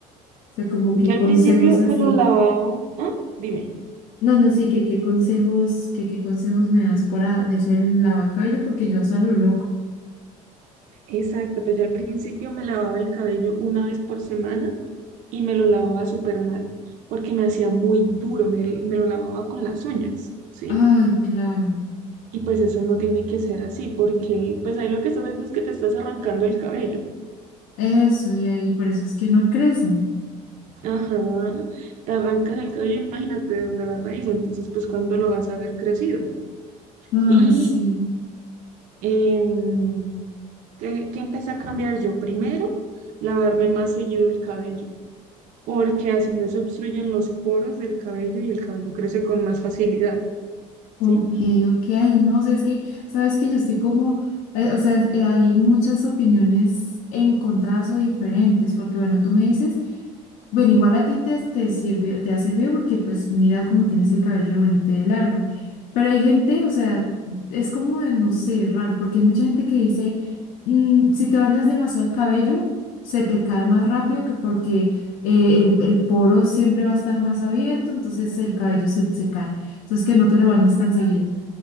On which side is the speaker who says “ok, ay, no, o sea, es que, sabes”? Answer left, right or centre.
Left